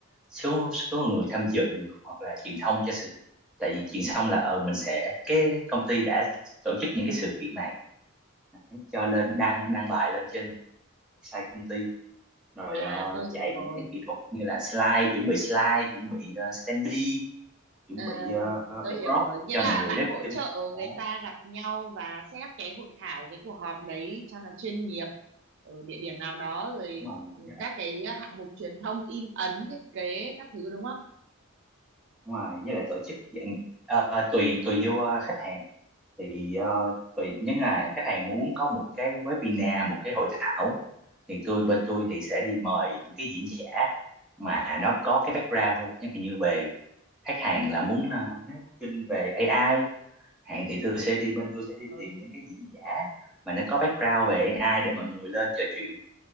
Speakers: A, in the centre; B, on the right.
A: số số người tham dự hoặc là truyền thông cho sự tại vì truyền thông là ờ mình sẽ cái công ty đã tổ chức những cái sự kiện này cho lên đăng đăng bài lên trên website công ty rồi
B: à
A: ờ,
B: tôi
A: chạy
B: hiểu rồi
A: những cái kỹ thuật như là slide chuẩn bị slide chuẩn bị uh, standee chuẩn
B: ờ,
A: bị ờ,
B: tôi
A: backdrop
B: hiểu rồi nghĩa
A: cho
B: là
A: mọi người
B: bạn
A: networking
B: hỗ trợ
A: đó
B: người ta gặp nhau và set up cái hội thảo cái cuộc họp đấy cho nó chuyên nghiệp ở địa điểm nào đó rồi
A: đúng rồi
B: ừ,
A: Với
B: các cái hạng mục truyền thông in ấn thiết kế các thứ đúng không
A: Đúng rồi, với lại tổ chức dạng ờ, tùy tùy vô ờ, khách hàng thì ờ, tùy nếu là khách hàng muốn có một cái webinar một cái hội thảo thì tôi bên tôi thì sẽ đi mời những cái diễn giả mà nó có cái background chẳng hạn như về khách hàng
B: à
A: là muốn ờ, nói booking về AI hạn thì tôi sẽ đi bên
B: tôi
A: tôi
B: hiểu
A: sẽ đi
B: rồi
A: tìm những cái diễn giả mà nó có background về AI để mọi người lên trò chuyện